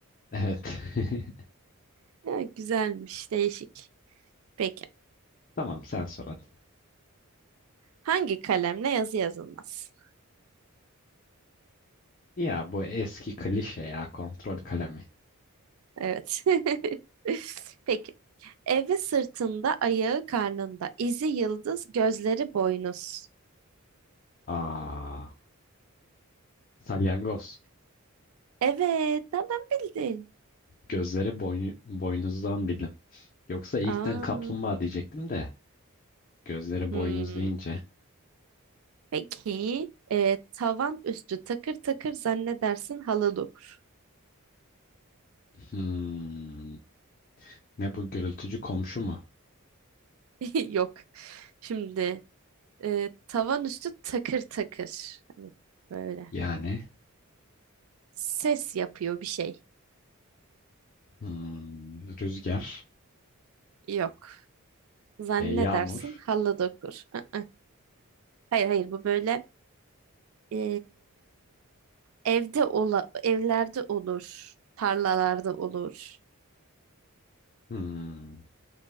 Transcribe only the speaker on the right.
<laughs> Ya, güzelmiş, değişik. Peki.
Hangi kalemle yazı yazılmaz?
Evet. <laughs> Peki. Evi sırtında, ayağı karnında. İzi yıldız, gözleri boynuz.
Evet, nereden bildin?
Aa,
hmm.
Peki. e, tavan üstü takır takır zannedersin halı dokur.
<laughs> Yok. Şimdi e, tavan üstü takır takır. Hani böyle.
Ses yapıyor bir şey.
Yok. Zannedersin
halı dokur. Aa. Hayır hayır bu böyle e, evde ola, evlerde olur. Tarlalarda olur.